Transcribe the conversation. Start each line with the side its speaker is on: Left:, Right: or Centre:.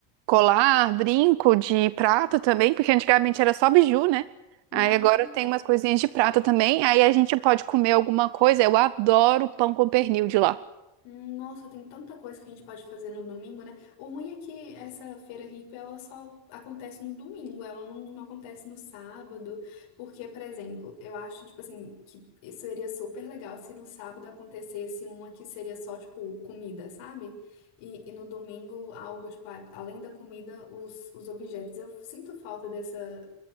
Right: colar, brinco de prata também, porque antigamente era só biju, né?
Left: Não,
Right: Aí agora
Left: pois
Right: tem
Left: é.
Right: umas coisinhas de prata também, aí a gente pode comer alguma coisa. Eu adoro pão com pernil de lá.
Left: Hum, Nossa, tem tanta coisa que a gente pode fazer no domingo, né? O ruim é que essa feira hippie, ela só acontece no domingo, ela não, não acontece no sábado, porque, por exemplo, eu acho, tipo assim, que isso seria super legal se no sábado acontecesse uma que seria só, tipo, comida, sabe? E, e no domingo, algo, tipo, a- além da comida, os, os objetos. Eu sinto falta dessa,